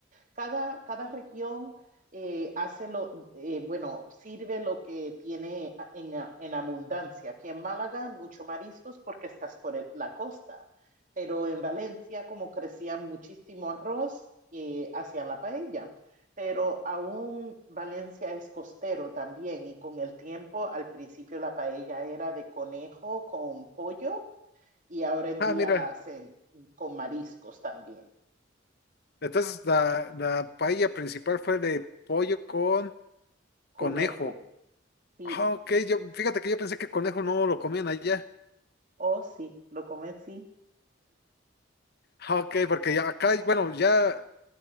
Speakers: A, on the right; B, on the left.
A: cada, cada región eh, hace lo, eh, bueno, sirve lo que tiene en, en, abundancia. Aquí en Málaga, mucho mariscos porque estás por el, la costa, pero en Valencia, como crecían muchísimo arroz, eh, hacían la paella. Pero aún Valencia es costero también y con el tiempo, al principio la paella era de conejo con pollo y ahora en
B: Ah,
A: día
B: mira.
A: la hacen con mariscos también,
B: Entonces la, la paella principal fue de pollo con
A: conejo.
B: conejo.
A: Sí,
B: Ah, ok, yo, fíjate que yo pensé que conejo no lo comían allá.
A: Oh, sí, lo convencí.
B: Ah, Ok, porque ya acá, bueno, ya